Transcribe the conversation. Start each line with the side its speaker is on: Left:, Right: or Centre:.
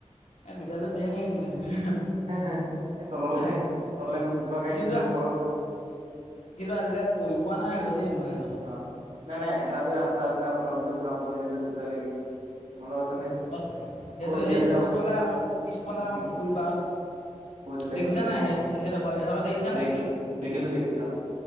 Left: এ বিদ্যালয়ত ধেৰ কাহিনী আছে।
Right: হে হে তললৈ তললৈ গুচি যোৱা গাড়ীক
Left: কিন্তু
Right: তেতিয়া ওপৰ উঠাৰ
Left: কিন্তু, আজিলৈ পৰি পোৱা নাই আকৌ মই সিহঁতৰ ঘৰত।
Right: অ নাই নাই এটা যে ৰাস্তা আছিলে। আপোনালোক যে উঠাব নোৱাৰিলে যে দুটাই লাগি মনত আছে নে।
Left: অ' সেইটো
Right: কৈছিলে
Left: সেই
Right: যে
Left: পিছফালে
Right: আপুনি
Left: আকৌ পিছফালে
Right: উম
Left: আকৌ পুখুৰী পাৰত।
Right: কৈছিলে
Left: দেখিছা
Right: কৈছিলে
Left: নাই,
Right: মনত
Left: সেই
Right: আছে
Left: সেইডোখৰ সেইডোখৰ দেখিছা
Right: দেখিলো
Left: নাই।
Right: দেখিছো দেখিছো